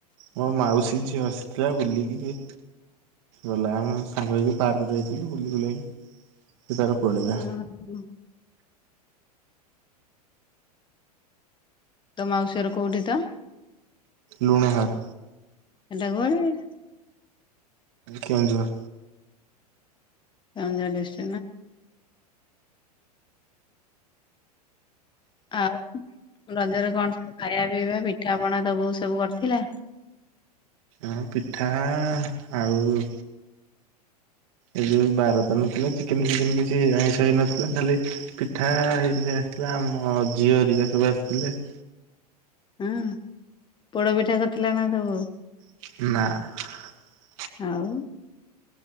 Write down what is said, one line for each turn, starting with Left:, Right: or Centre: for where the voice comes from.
Right: ମୋ ମାଉସୀ ଝିଅ ଆସିଥିଲା ବୁଲିକିରି ଗଲା ଆମେ ସାଙ୍ଗ ହୋଇକି ପାର୍କକୁ ଯାଇଥିଲୁ ବୁଲି ବୁଲାକି ସେ ତାର
Left: <unintelligible>
Right: ପଳେଇଲା
Left: ତୋ ମାଉସି ଘର କୋଉଠି ତ?
Right: ଲୁଣାହାର।
Left: ହେଟା କୁଆଡ଼େ।
Right: କେଉଁଝର।
Left: କେଉଁଝର୍ ଡିଷ୍ଟିକ୍। ଆଉ ରଜରେ କଣ ସବୁ ଖାଇବା ପିଇବା ପିଠା ପଣା ତୋ ବୋଉ ସବୁ କରିଥିଲା?
Right: ଆଁ ପିଠା ଆଉ ଏ ଯୋଉ ବାରତ ନଥିଲା ଚିକେନ ଫିକେନ କିଛି ଆଇଁଶ ହେଇନଥିଲା ଖାଲି ପିଠା ହେଇକି ଆସିଥିଲା ଆମୋ ଝିଅ ହାରିକା ସବୁ ଆସିଥିଲେ। <inaudible>
Left: ହୁଁ ପୋଡପିଠା କରିଥିଲାନା ତୋ ବୋଉ?
Right: ନାଆଁ।
Left: ଆଉ।